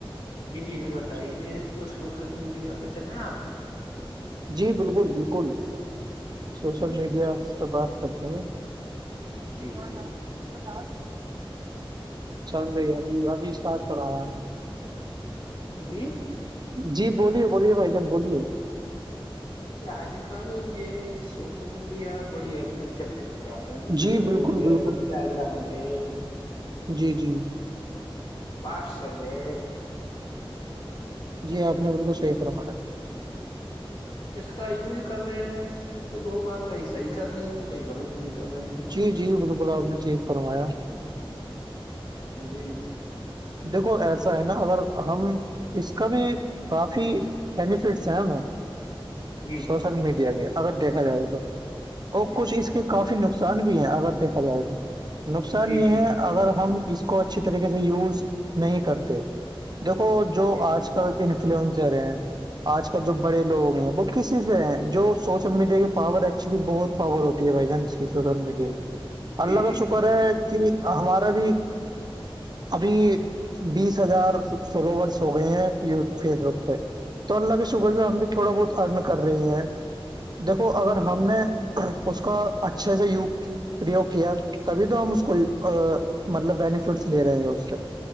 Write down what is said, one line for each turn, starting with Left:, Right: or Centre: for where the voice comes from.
Left: جی یہ بتائیے
Right: اچھا اچھا،
Left: تو سوشل میڈیا پہ چلیں آپ
Right: جی بالکل بالکل سوشل
Left: جی
Right: میڈیا سے بات کرتے ہیں د
Left: جی
Right: آ
Left: جی جی
Right: آ چل رہی ابھی ابھی اسٹارٹ کرایا
Left: جی
Right: جی بولیے بولیے بائیدن بولیے
Left: آج کل یہ سوشل میڈیا بڑی ایکٹیو چل رہی ہےپ
Right: جی
Left: فیس
Right: بالکل
Left: بک
Right: بالکل
Left: ہے انسٹاگرام ہے
Right: جی جی
Left: بات س میں
Right: جی آپ نے بالکل صحیح فمایا
Left: اس کا یوز کر رہے ہیں تو لوگ آ کہیں صحیح کر رہے ہیں کہیں غلط بھی کر رہے ہیں
Right: جی جی بالکل آپ نے ٹھیک فرمایا
Left: جوئیے
Right: دیکھو ایسا ہے نا اگر ہم اس کا بھی کافی بینیفٹس ہیں ہمیں
Left: جی
Right: س سل میڈیا کے اگر دیکھا جائے تو اور
Left: جی
Right: کچھ اس کافی نقصان بھی ہیں اگر دیکھا جائے تو نقصان
Left: جی
Right: یہ
Left: جی
Right: ہے اگر ہم اس کو اچھی طریقے سے یوز نہیں کرتے دیکھو جو
Left: جی
Right: آج کل کل انفلوئنزر ہیں آج کل جو بڑے لوگ ہیں وہ کسی سے ہیں جو سوشل میڈیا کے پاور ایکچولی بہت خبر ہوتی ہے بائی چانس کی سوشل میڈیا کی
Left: جی
Right: اللہ کا
Left: جی جی جی
Right: شکر ہے کہ ہمارا بھی ابھی بیس ہزار سولو ورس ہو گئی ہیں فیس بک پہ تو اللہ کے شکر سے ہم بھی تھوڑا بہت ارن کر رہے ہیں دیکھو اگر
Left: جی
Right: ہم نے اس کا اچھے سےا یوگ پو کیا تبھی تو ہم اس کو مطلب بینیفٹس لے رہے ہیں اس